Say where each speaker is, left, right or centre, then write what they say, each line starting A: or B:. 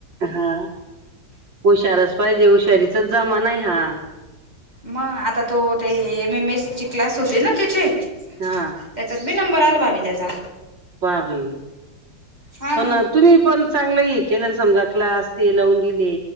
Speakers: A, on the right; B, on the right.
A: हा हुशारच पाहिजे हुशारीचाच जमाना आहे हा.
B: मग आता तो ते एम एम एस ची क्लास होते न तेचे
A: हा
B: त्याचात बी नंबर आला भाभी त्याचा.
A: पहा बाई
B: हा
A: पण तुम्ही पण चांगलं हे केलं न समजा क्लास ते लावून दिले.